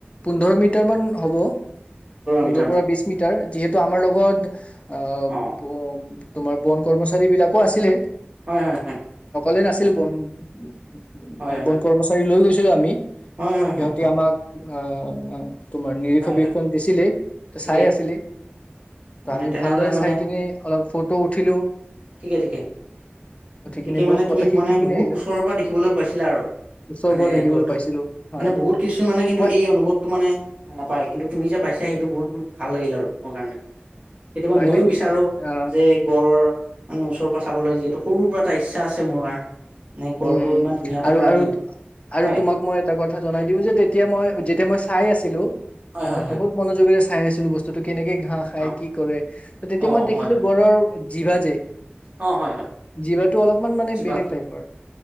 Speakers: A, on the left; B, on the right.
A: পোন্ধৰ মি টাৰমান হ'ব। পোন্ধৰ
B: মিটাৰ মান
A: পৰা বিছমিটাৰ যিহেতু আমাৰ লগত আ
B: অ
A: ব তোমাৰ বন কৰ্মচাৰী বিলাকো আছিলে।
B: হয় হয় হয়।
A: লে নাছিলো বন <unintelligible>
B: হয়
A: অ
B: হয়
A: বন কৰ্মচাৰী লৈ গৈছ ছিল আমি।
B: হয় হয়
A: সিহঁতি
B: হয় হয়
A: আমাক অ অ অ। তোমাৰ নিৰীক্ষণ
B: হয়
A: বিৰিক্ষন
B: হয়
A: দিছিলেই ত
B: ঠিকেই
A: চাইয়ে আছিলে ত
B: মানে
A: আমি
B: তেনেহলে
A: ভালদৰে
B: মানে
A: চাই কিনে অলপ ফটো উঠিলোঁ
B: ঠিকে ঠিকে, ঠিকে
A: কিনে বহুত
B: মানে তুমি
A: কথা শিকি
B: মানে
A: কিনে
B: বহুত
A: আহিলো
B: উচ ওচৰৰ পৰা দেখিবলৈ পাইছিলা আৰু
A: ওচৰৰ
B: মানে
A: পৰা দেখিবলৈ
B: গড়টো,
A: পাইছিলো হয়
B: মানে বহুত কিছু মানে কিন্তু
A: মই
B: এই অনুভৱটো মানে নাপ পাই কিন্তু তুমি যে পাইছা সেইটো বহুত ভাল লাগিল আৰু। কাৰণে কেতিয়াবা
A: হয়নে
B: ময়ো বিচাৰো
A: অ
B: যে গড় ওচৰ চাবলৈ যিহেতু সৰুৰ পৰা এটা ইচ্ছা আছে মোৰ। মানে গড়টো
A: উম
B: ইমান ধুনীয়া এটা
A: আৰু
B: প্ৰাণী
A: আৰু আৰু
B: হয়
A: তোমাক মই এটা কথা জনাই দিওঁ যে তেতিয়া মই যে। এতিয়া মই চাই আছিলোঁ।
B: হয় হয়
A: মই
B: হয়
A: বহুত মনোযোগৰে খাই আছিলোঁ বস্তুটো। কেনেকে ঘাঁহ খাই
B: অ
A: কি কৰে। ত তেতিয়া
B: অ
A: মই দেখিলোঁ
B: হয় হয়
A: গড়ৰ জিভা যে
B: অ হয় হয়
A: জিভাটো অলপমান মানে
B: জিভাটো
A: বেলেগ টাইপৰ।